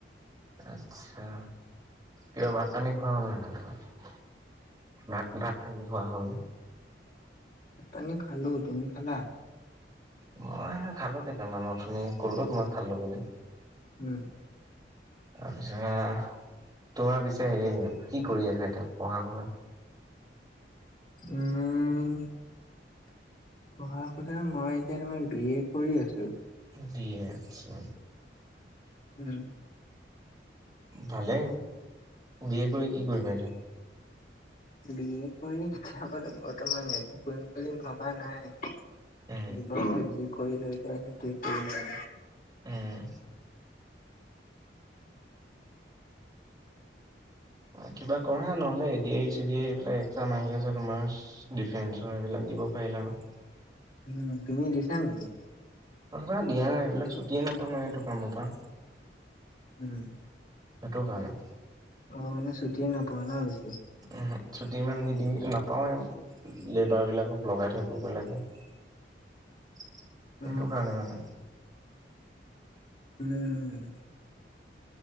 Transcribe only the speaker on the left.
ভাত পানী খালো, তুমি খালা?
উম।
উম। পঢ়া-শুনা মই এতিয়া তোমাৰ বি এ কৰি আছো।
উম।
বি এ কৰি চাবা লাগবো বৰ্তমান একো কৰিম বুলি ভাবা নাই।
যি কৰি লৈ যায় সেইটোৱে কৰি ন।
উম, তুমি দিছা নেকি?
উম।
অহ, মানে ছুটি নাপোৱা ন, বেছি?
অ
উম।